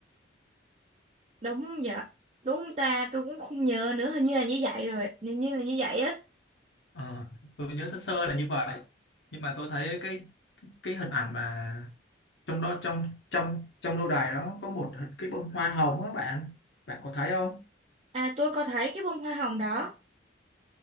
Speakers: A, on the right; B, on the left.
A: đúng vậy. Đúng ta, tôi cũng không nhớ nữa, hình như là như vậy rồi, hình như là như vậy á.
B: Ờ, tôi nhớ sơ sơ là như vậy nhưng mà tôi thấy cái cái hình ảnh mà trong đó trong trong trong lâu đài đó có một hình- cái bông hoa hồng á bạn bạn có thấy không
A: À, tôi có thấy cái bông hoa hồng đó.